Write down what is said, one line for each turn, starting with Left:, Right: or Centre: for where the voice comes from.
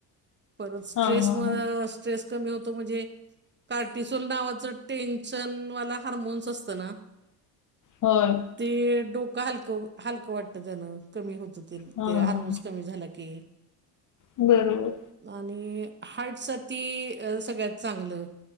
Right: परत स्ट्रेसमुळे,
Left: हा हा हा हा
Right: स्ट्रेस कमी होतो म्हणजे कोर्टिसॉल नावाचं टेन्शन वाला हार्मोन्स असतं ना.
Left: होय.
Right: ते डोकं हलकं-हलकं वाटतं त्यानं. कमी होत,
Left: हा
Right: ते हार्मोन्स
Left: हा
Right: कमी झाला की.
Left: बरोबर.
Right: आणि हार्ट साठी सगळ्यात चांगलं,